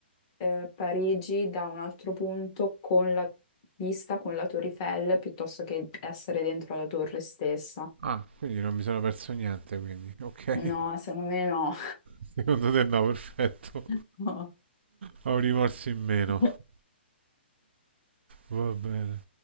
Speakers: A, on the left; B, on the right.
A: eh, Parigi da un altro punto con la vista con la Torre Eiffel piuttosto che essere dentro la torre stessa.
B: Ah, quindi non mi sono perso niente, quindi. Ok.
A: No, secondo me no.
B: <laughs> Secondo te no, perfetto.
A: <laughs>
B: Ho un rimorso in meno.
A: No.
B: Va bene.